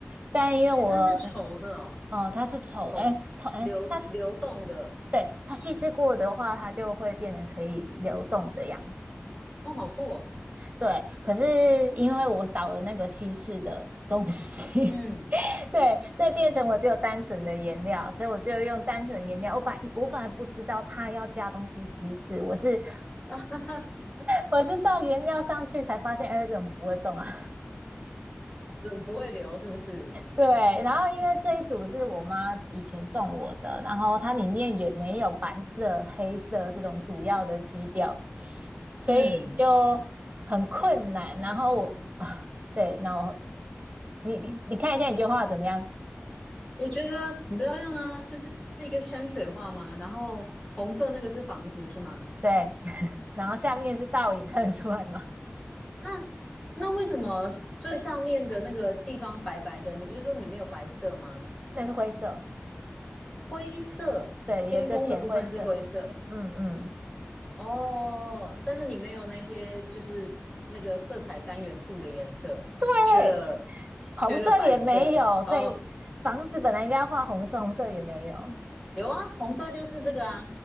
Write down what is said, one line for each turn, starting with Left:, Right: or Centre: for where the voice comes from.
Right: 但因为我
Left: 对，它是稠的哦，
Right: 哦，它是丑，
Left: 稠流流动的，
Right: 哎，丑，哎，它是。对，它稀释过的话，它就会变成可以流动的样子。
Left: 哦，好酷哦，
Right: 对，可是因为我少了那个稀释的东西
Left: 嗯，
Right: <laughs>，对，所以变成我只有单纯的颜料，所以我就用单纯的颜料。我本来我本来不知道它要加东西稀释，我是 <laughs>
Left: <laughs> 哈
Right: 我是倒颜料上去才发现，哎，怎么不会动啊？
Left: 怎么不会流是不是？
Right: 对，然后因为这一组是我妈以前送我的，然后它里面也没有白色、黑色这种主要的基调，所以就很困难。
Left: 嗯，
Right: 然后我啊，对，然后你你你看一下你这画怎么样？
Left: 我觉得很漂亮啊，这是一个山水画吗？然后红色那个是房子是吗？
Right: 对，然后下面是倒影，看得出来吗？
Left: 那那为什么最上面的那个地方白白的？你不是说你没有白色吗？
Right: 那是灰色，
Left: 灰色，
Right: 对，
Left: 天空的部分是灰色
Right: 有一个浅灰色，嗯嗯，
Left: 哦，但是你没有那些就是那个色彩三元素的颜色，
Right: 对，
Left: 缺了
Right: 红色也没有，
Left: 缺了白色哦。
Right: 所以房子本来应该要画红色，红色也没有，
Left: 有啊，红色就是这个啊，